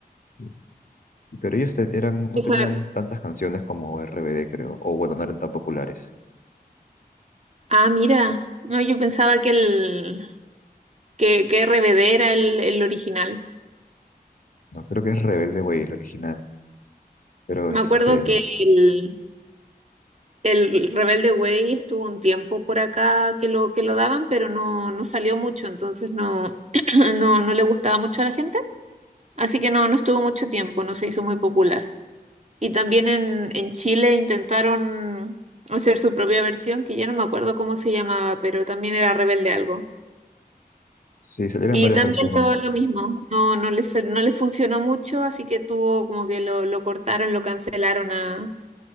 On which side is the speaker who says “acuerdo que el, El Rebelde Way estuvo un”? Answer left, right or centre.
Right